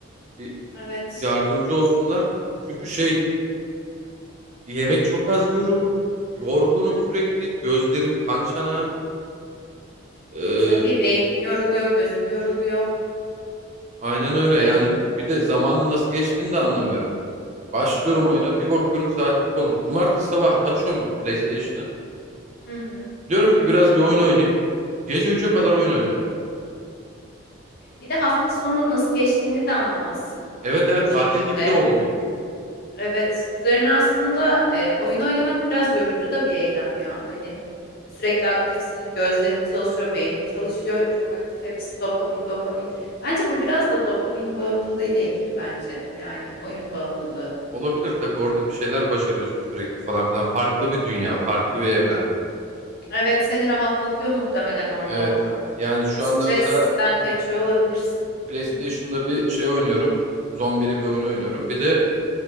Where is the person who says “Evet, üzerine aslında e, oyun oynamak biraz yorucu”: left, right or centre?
Left